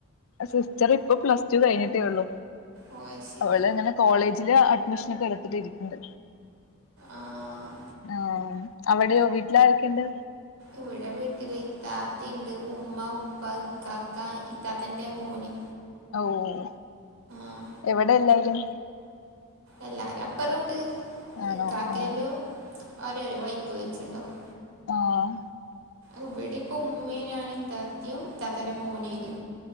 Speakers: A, on the left; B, on the right.
A: സിസ്റ്റർ ഇപ്പം പ്ലസ് ടു കഴിഞ്ഞിട്ടെ ഒള്ളു
B: ഓ അയ്ശരി
A: അവൾ ഇങ്ങനെ കോളേജിൽ അഡ്മിഷൻ ഒക്കെ എട്ത്തിട്ട് ഇരിക്ക്ണ്ട്
B: ആഹ്
A: ആഹ് അവിടെയോ വീട്ടിലാരൊക്കെയുണ്ട്
B: ഇവെടെ വീട്ടില് ഇത്താത്തിയിണ്ട് ഉമ്മ, ഉപ്പ, ഇക്കാക്ക ഇത്താത്തെന്റെ മോന്
A: ഒ ഓ
B: ആഹ്
A: എവിടെ എല്ലാരും
B: എല്ലാരും അപ്പറും ഉണ്ട്
A: ആണോ
B: ഇക്കാക്കെല്ലും
A: ആഹ്
B: ഓരോരോ വൈക്ക് പോയിറ്റ് ഇണ്ടാവും
A: ആഹ്
B: ഇവ്ടെ ഇപ്പം ഉമ്മേം ഞാനും ഇതാത്തിയും ഇതാത്താന്റെ മോനെയൊള്ളു